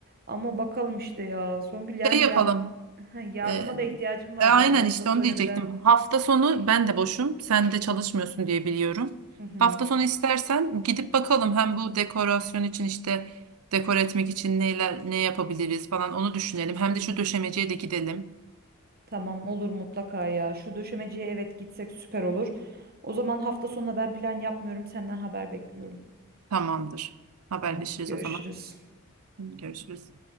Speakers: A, on the right; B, on the right.
A: Ama bakalım işte ya Songül yani
B: Şey yapalım.
A: ya, <laughs> yardıma
B: E,
A: da ihtiyacım var
B: e, aynen
A: bu arada onu
B: işte
A: da söylemeden.
B: onu diyecektim. Hafta sonu ben de boşum. Sen de çalışmıyorsun diye biliyorum.
A: <laughs>
B: Hafta sonu istersen gidip bakalım hem bu dekorasyon için işte dekor etmek için neler ne yapabiliriz falan onu düşünelim. Hem de şu döşemeciye de gidelim.
A: Tamam olur mutlaka ya. Şu döşemeciye evet gitsek süper olur. O zaman hafta sonuna ben plan yapmıyorum. Senden haber bekliyorum.
B: Tamamdır. Haberleşiriz
A: Tamam görüşürüz.
B: o zaman. Görüşürüz.